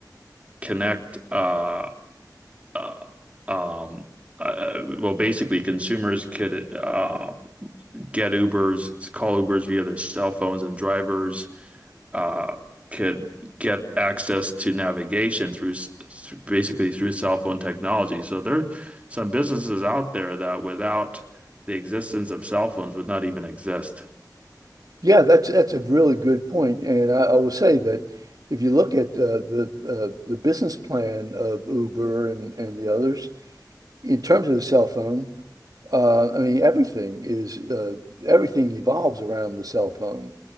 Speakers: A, on the right (about 20°); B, on the right (about 55°).
A: connect uh, uh, um, uh, uh, well, basically consumers could uh, get Ubers, call Ubers via their cell phones, and drivers uh, could get access to navigation through s- s- basically through cell phone technology. So there are some businesses out there that without the existence of cell phones would not even exist.
B: Yeah, that's that's a really good point, and I, I will say that if you look at uh, the uh, the business plan of Uber and and the others in terms of the cell phone. Uh, I mean, everything is uh, everything evolves around the cell phone.